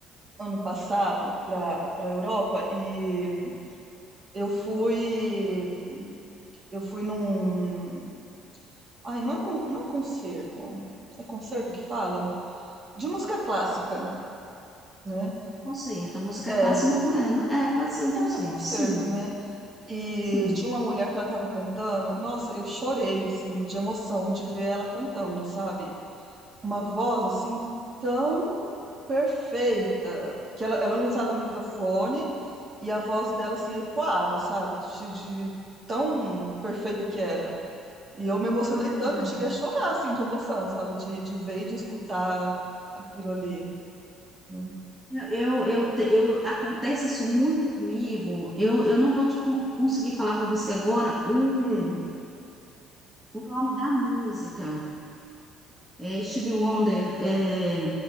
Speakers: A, on the right; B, on the right.
A: ano passado para para Europa e eu fui eu fui num ai não é con- não é concerto é concerto que fala de música clássica né
B: Concerto. A música
A: é,
B: clássica não é, não- é, pode ser um concerto,
A: é concerto
B: sim,
A: né E
B: sim.
A: tinha uma mulher que ela tava cantando. Nossa, eu chorei, assim, de emoção de ver ela cantando, sabe? Uma voz, assim, tão perfeita. Que ela, ela não usava microfone e a voz dela, assim, ecoava, sabe? De, de tão perfeita que era. E eu me emocionei
B: Ai,
A: tanto
B: que maravilha.
A: que eu cheguei a chorar, assim, de emoção, sabe? De, de ver e de escutar aquilo ali. né?
B: Eu, eu, eu, te- eu- acontece isso muito comigo. Eu, eu não vou te con- conseguir falar para você agora o,
A: Hum,
B: o nome da música. É Stevie Wonder, é,